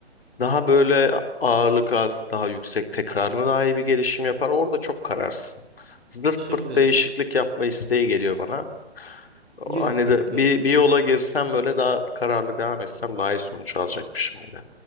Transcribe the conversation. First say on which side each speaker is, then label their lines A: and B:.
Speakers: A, on the left; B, on the right.
A: Daha böyle ağırlık az, daha yüksek tekrar mı daha iyi bir gelişim yapar? Orada çok kararsın. Zırt
B: Şimdi
A: pırt değişiklik yapma isteği geliyor bana. O
B: yok
A: Hani
B: yok
A: de bir,
B: yok.
A: bir yola girsem böyle daha kararlı devam etsem daha iyi sonuç alacakmışım gibi